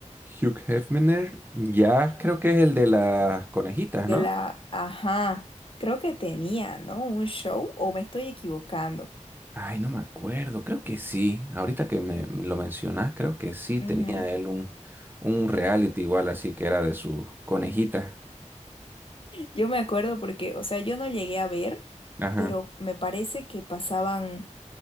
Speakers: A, on the right; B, on the left.
A: Hugh Hefner, ya creo que es el de las conejitas,
B: de
A: ¿no?
B: la, ajá, creo que tenía, ¿no? Un show o me estoy equivocando.
A: Ay, no me acuerdo, creo que sí. Ahorita que me me lo mencionás, creo que sí tenía
B: Ujú.
A: él un, un reality igual, así que era de sus conejitas.
B: Yo me acuerdo porque, o sea, yo no llegué a ver,
A: Ajá.
B: pero me parece que pasaban,